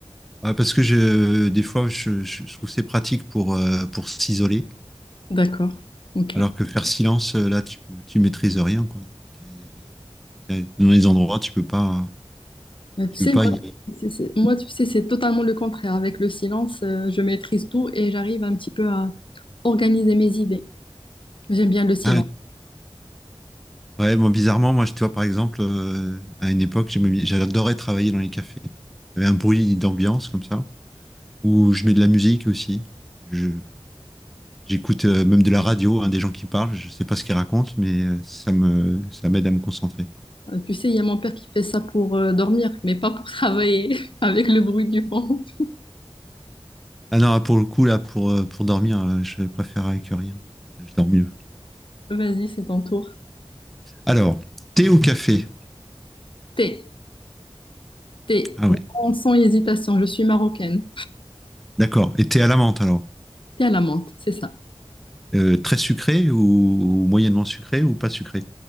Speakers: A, in the centre; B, on the left.
A: Ouais, parce que je, euh, des fois, je, je- je trouve que c'est pratique pour, euh, pour s'isoler,
B: D'accord. Ok.
A: alors que faire silence, euh, là, tu peux, tu maîtrises rien, quoi. T'es- t'es dans les endroits, tu peux pas,
B: Mais
A: tu
B: tu sais,
A: peux pas
B: moi,
A: y... aller.
B: c'est, c'est- moi, tu sais, c'est totalement le contraire. Avec le silence, euh, je maîtrise tout et j'arrive un petit peu à organiser mes idées. J'aime bien le silence.
A: Ah, ouais, moi, bizarrement, moi, je- tu vois, par exemple, euh, à une époque, j'aimais bien- j'adorais travailler dans les cafés. Il y avait un bruit d'ambiance, comme ça, où je mets de la musique aussi. Je, j'écoute, euh, même de la radio, hein, des gens qui parlent, je sais pas ce qu'ils racontent, mais euh, ça me, ça m'aide à me concentrer.
B: Euh, tu sais, il y a mon père qui fait ça pour euh, dormir, mais pas pour travailler <laughs> avec le bruit du fond.
A: Ah non, pour le coup, là, pour, euh, pour dormir, euh, je préfère avec rien. Je dors mieux.
B: Vas-y, c'est ton tour.
A: Alors, thé ou café?
B: Thé, thé,
A: Ah oui,
B: Vraiment sans hésitation, je suis marocaine.
A: d'accord. Et thé à la menthe, alors?
B: Thé à la menthe, c'est ça.
A: Euh, très sucré ou, moyennement sucré ou pas sucré?